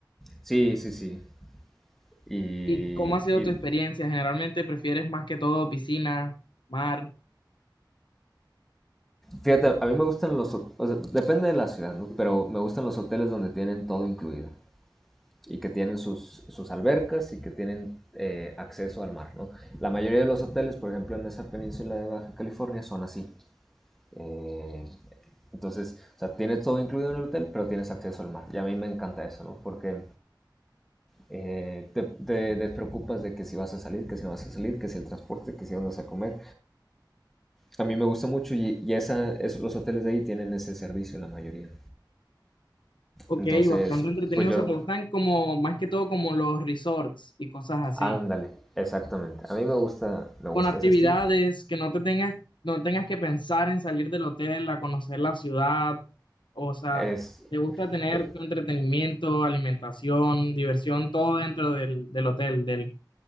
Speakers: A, in the centre; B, on the left (about 85°).
A: Sí, sí, sí. Y,
B: ¿Y cómo ha sido
A: y
B: tu experiencia? ¿Generalmente prefieres más que todo piscina, mar?
A: fíjate, a mí me gustan los... o sea, depende de la ciudad, ¿no? Pero me gustan los hoteles donde tienen todo incluido. y que tienen sus, sus albercas y que tienen eh, acceso al mar. ¿no? La mayoría de los hoteles, por ejemplo, en esa península de Baja California son así. Eh, entonces, o sea, tienes todo incluido en el hotel, pero tienes acceso al mar. Y a mí me encanta eso, ¿no? Porque eh, te, te despreocupas de que si vas a salir, que si no vas a salir, que si el transporte, que si dónde vas a comer. A mí me gusta mucho y, y esa, es, los hoteles de ahí tienen ese servicio la mayoría.
B: Ok,
A: Entonces,
B: bastante entretenido.
A: pues yo,
B: O sea, te gustan como, más que todo como los resorts y cosas así.
A: ándale, exactamente. A mí me gusta, me
B: con
A: gusta
B: actividades
A: ese estilo.
B: que no te tengas, no tengas que pensar en salir del hotel a conocer la ciudad. O sea,
A: Es,
B: te gusta tener
A: eh,
B: tu entretenimiento, alimentación, diversión, todo dentro del, del hotel, del,